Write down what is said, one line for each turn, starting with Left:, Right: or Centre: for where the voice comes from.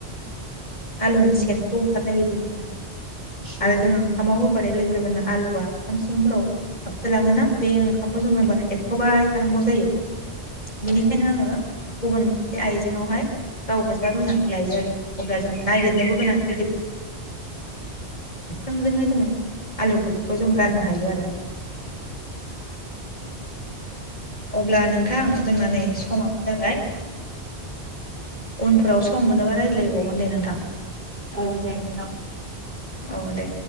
Left: बोरैबा आलुनि सेनखौ ओंखारनाय बायदि मोनो आरो
Right: औ
Left: आरो जोंङो ओंखामाव होब होफानाय लोगो लोगोनो आलुआ ओंखाम सिंफोराव हाबसोलाङोना बे ओंखामखौ जों होमबाना एरख'बाय थानांगौ जायो बेनिखायनो आङो गुबुन मोनसे आइजेंआवहाय गाव गोजा रुनानै लायो आरो अब्ला जोङो नागिरनोबो गोनांथि गैया थोंजोंयै जोङो आलु बिगुरखौ जों गारनो हायो आ ओ अब्ला नोंथां जोंना नै समाबो जाबाय उनफोराव सम मोनोबा रायज्लायबावगोन दे नोंथां
Right: औ जायो नोंथां
Left: औ दे